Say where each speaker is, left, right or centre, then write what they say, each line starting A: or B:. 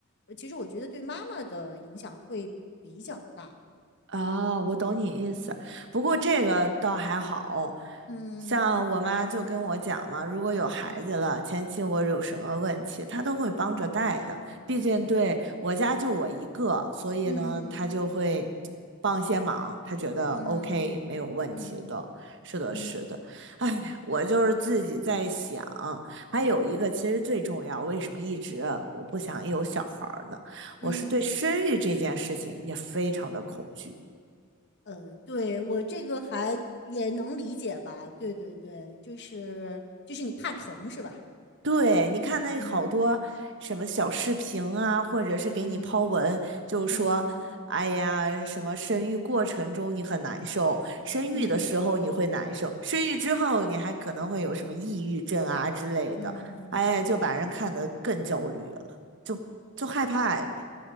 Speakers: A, on the left; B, on the right.
A: 呃，其实我觉得对妈妈的影响会比较大。
B: 啊，我懂你意思，不过这个倒还好，
A: 嗯嗯
B: 像我妈就跟我讲嘛，如果有孩子了，
A: 嗯，
B: 前期我有什么问题，她都会帮着带的，
A: 还有帮忙，
B: 毕竟对我家就我一个，
A: 对，
B: 所以呢，
A: 嗯
B: 她就会帮些忙，她觉得
A: 嗯
B: OK 没有问题的，
A: 嗯
B: 是的，
A: 嗯
B: 是的，哎，我就是自己在想，还有一个其实最重要，为什么一直我不想有小孩儿呢？
A: 嗯，
B: 我是对生育这件事情也非常的恐惧。
A: 呃，对，我这个还也能理解吧？对对对，就是就是你怕疼是吧？
B: 对，你看那好多什么小视频啊，
A: 嗯
B: 或者是给你抛文，
A: 嗯
B: 就说，
A: 嗯嗯
B: 哎呀，什么生育过程中你很难受，生育的时候你会难受，
A: 嗯。嗯
B: 生育之后你还可能会有什么抑郁症啊之类的，
A: 嗯，
B: 哎呀，就把人看得更焦虑了，就就害怕呗。